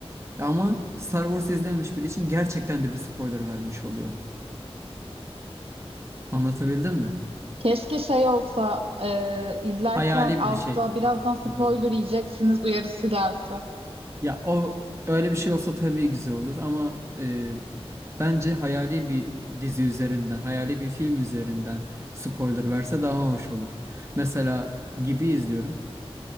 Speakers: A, on the right (about 25°); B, on the right (about 60°).
A: Ama Star Wars izlememiş biri için gerçekten de bir spoiler vermiş oluyor. Anlatabildim mi?
B: Keşke şey olsa e, izlerken
A: Hayali
B: altta
A: bir şey
B: birazdan spoiler
A: üzerinde.
B: yiyeceksiniz uyarısı gelse.
A: Ya o öyle bir şey olsa tabii güzel olur ama e, bence hayali bir dizi üzerinden, hayali bir film üzerinden spoiler verse daha hoş olur. Mesela Gibi izliyorum.